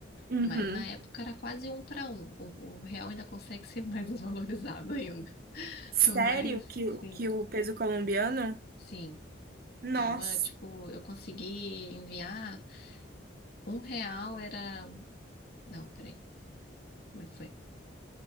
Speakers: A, on the right (about 50°); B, on the left (about 50°).
A: Uhum.
B: Mas na época era quase um para um. O, o real ainda consegue ser mais <laughs> desvalorizado ainda.
A: Sério
B: Mas,
A: que, o-
B: sim,
A: que o peso colombiano?
B: sim.
A: Nossa.
B: Tava, tipo, eu consegui enviar. Um real era Não, peraí. Como é que foi?